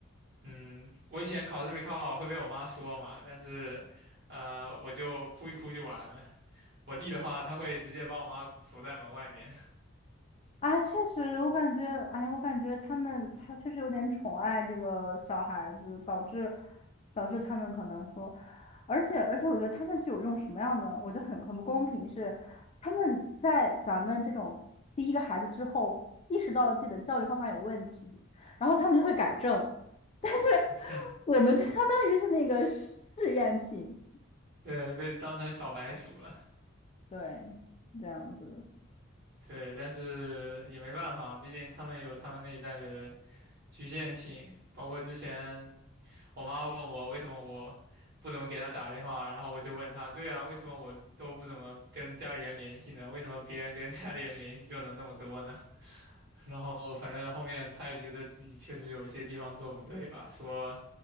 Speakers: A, on the right; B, on the left.
A: 嗯，我以前考试没考好会被我妈说嘛，但是，呃，我就哭一哭就完了。我弟的话，他会直接把我妈锁在门外面，
B: 啊，确实，我感觉，哎呀，我感觉他们他确实有点宠爱这个小孩子，导致导致他们可能说，而且而且，我觉得他们是有这种什么样的，我觉得很很不公平是，他们在咱们这种第一个孩子之后，意识到了自己的教育方法有问题，然后他们就会改正，但是
A: <laughs>
B: 我们就相当于是那个试验品，
A: 对，被当成小白鼠了。
B: 对，是这样子的。
A: 对，但是也没办法，毕竟他们有他们那一代的局限性。包括之前我妈问我为什么我不怎么给她打电话，然后我就问她，对啊，为什么我都不怎么跟家里人联系呢？为什么别人跟家里人联系就能那么多呢？然后反正后面他也觉得自己确实有些地方做不对吧，说